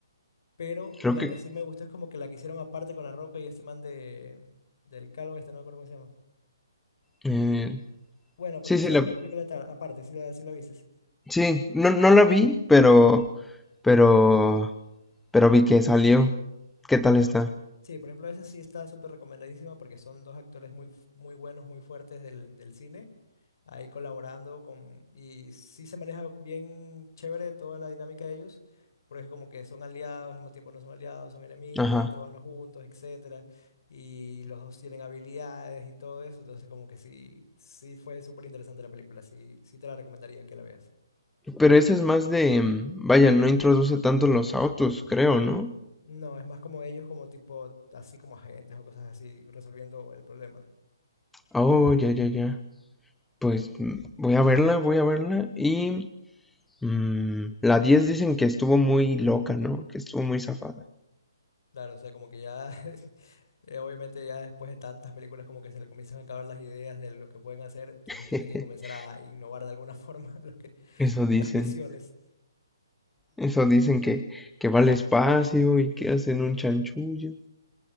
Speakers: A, on the left; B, in the centre.
A: Pero
B: Creo
A: la
B: que
A: que sí me gustó es como que la que hicieron aparte con La Roca y este man de, del Calvo, este no me acuerdo cómo se llama.
B: eh,
A: Bueno,
B: sí,
A: pero que
B: sí
A: hicieron
B: la
A: una película tar- aparte, sí la, sí la viste.
B: sí, no no la vi, pero pero pero vi que salió. ¿Qué tal está?
A: Sí, por ejemplo, esa sí está súper recomendadísima porque son dos actores muy, f- muy buenos, muy fuertes del, del cine, ahí colaborando con... Y sí se maneja bien chévere toda la dinámica de ellos, porque es como que son aliados, al mismo tiempo no son aliados, son enemigos,
B: Ajá.
A: que están trabajando juntos, etcétera, y los dos tienen habilidades y todo eso, entonces como que sí, sí fue súper interesante la película, sí, sí te la recomendaría que la veas.
B: Pero esa es más de mm, vaya, no introduce tanto los autos, creo, ¿no?
A: No, es más como ellos como tipo, así como agentes o cosas así, resolviendo el problema.
B: Oh, ya ya ya. Pues mm, voy a verla, voy a verla y mm, la 10 dicen que estuvo muy loca, ¿no? Que estuvo muy zafada.
A: Claro, o sea, como que ya <laughs> Eh, obviamente ya después de tantas películas como que se le comienzan a acabar las ideas de lo que pueden hacer, entonces
B: <laughs>
A: tienen que comenzar a innovar de alguna <laughs> forma los que,
B: Eso dicen.
A: las misiones.
B: Eso dicen que, que va al espacio y que hacen un chanchullo.